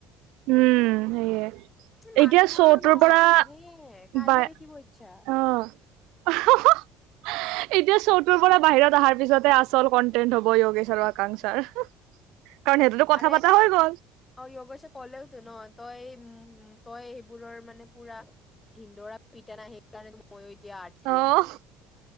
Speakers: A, on the right (about 75°); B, on the left (about 20°).
A: উম সেইয়ে
B: মানুহবোৰৰো
A: এতিয়া চৌটোৰ
B: ন
A: পৰা
B: সেয়ে কাজিয়া
A: বা
B: দেখিব ইচ্ছা
A: অ এতিয়া চৌটোৰ পৰা বাহিৰত অহাৰ পিছতে আছে আচল কণ্টেন্ট হ'ব যোগেশৰ আকাংক্ষাৰ কাৰণ সেইটোতো কথা
B: আ
A: পাতা হৈ গ'ল,
B: অ য়গেছে কলে ন তই তই সেইবোৰৰ মানে পুৰা ধিনন্দৰা পিতা নাই সেইকাৰণে মই তিয় আটকি
A: অ',
B: আছো